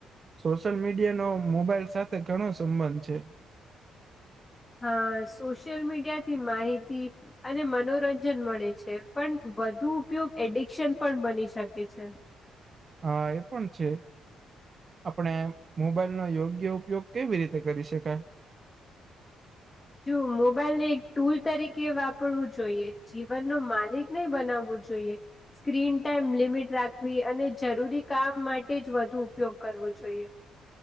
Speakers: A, on the right (about 40°); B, on the left (about 25°).
A: સોશિયલ મીડિયાનો મોબાઈલ સાથે ઘણો સંબંધ છે.
B: હા સોશિયલ મીડિયાથી માહિતી, અને મનોરંજન મળે છે પણ વધુ ઉપયોગ એડિક્શન પણ બની શકે છે.
A: હા એ પણ છે આપણે મોબાઈલનો યોગ્ય ઉપયોગ કેવી રીતે કરી શકાય.
B: જો મોબાઈલ એક ટુલ તરીકે વાપરવું જોઈએ જીવનનો માલિક નઇ બનાવવું જોઈએ, સ્ક્રીન ટાઈમ લિમિટ રાખવી અને જરૂરી કામ માટે જ વધુ ઉપયોગ કરવો જોઈએ.